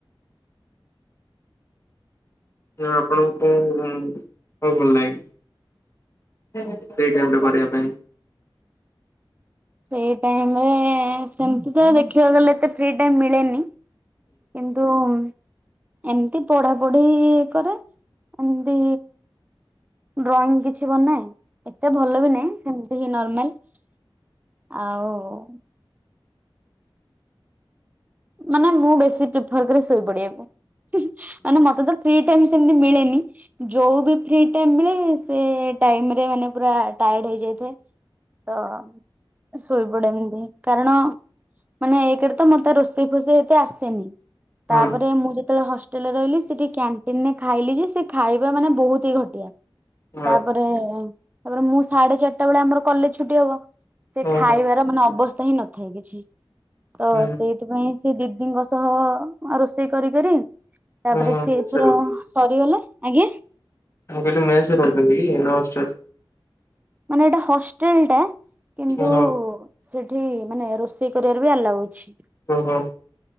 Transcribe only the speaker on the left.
ଜଉ ଆପଣଙ୍କୁ କଁ ଭଲ ଲାଗେନି? ଫ୍ରି ଟାଇମରେ କରିବା ପାଇଁ?
ହଁ
ହଁ
ଓହୋ
ହୁଁ
ଓହୋ
ମେସରେ
ରହୁଛନ୍ତି।
ମୁଁ କହିଲି ମେସରେ ରହୁଛନ୍ତିକି ନାଁ ହଷ୍ଟେଲ?
ଓହୋ
ଓ ହୋ।